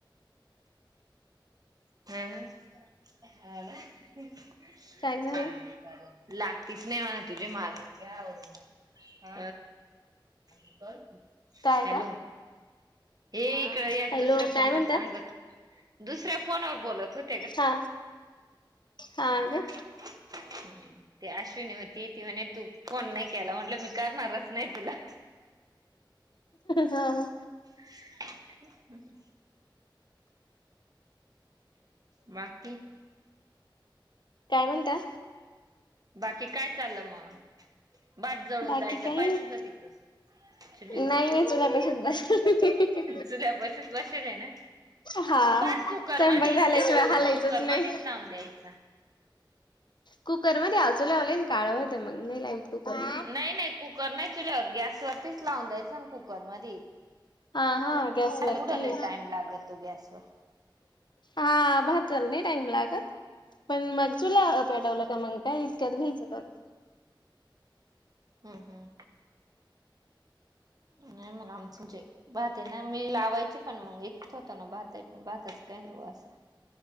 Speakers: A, on the right (about 50°); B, on the left (about 60°).
A: हं हा ना चाललं
B: काय झालं
A: चाललं लागतीच नाय मला तुझे मार घ्या आवरून मग आ कोणं
B: काय
A: हॅलो
B: काय
A: हे इकड या
B: हॅलो
A: दुसऱ्या
B: काय
A: फोनवर
B: म्हणता
A: सांगत दुसऱ्या फोनवर बोलत होत
B: हा हा
A: हं-हं
B: का
A: ती अश्विनी होती ती म्हणे तू फोन नाय केला म्हटलं मी करणारच नाय तुला
B: हा
A: हूं हूं बाकी
B: काय म्हणता?
A: बाकी काय चाललं मंग भात जळून
B: बाकी
A: जायचं
B: काही
A: पाय
B: नाही
A: तुझा तिकडं चुलीवर
B: नाही नाही चुलापेक्षा
A: चुल्या पाशीच बशीले न
B: हा
A: भात कुकर
B: स्वयंपाक
A: मधी
B: झाल्याशिवाय
A: इतक्यात होतो
B: हालायचंच
A: ना कुकर
B: नाही
A: मध्येच लावून द्यायचा.
B: कुकर मध्ये आओ चुल्यावर लय न काळ होत मंग नाय लाववीत कुकरम
A: नाही नाही कुकर नाय चुल्यावर गॅसवरतीच लावून द्यायचा ना कुकर मधी
B: हा हा
A: त्याला
B: गॅसवरती
A: कुड लय टाईम लागतो गॅसवर
B: हा भाताला नाई टाईम लागत. पण मग चुला पेटवला का मंग काय इतक्यात घ्यायचं करून
A: हं नाय म आमच म्हजे भात ये ना मी लावायचे पण मग एकच होतो ना भात ये पण भाताच काय नाय ओ असं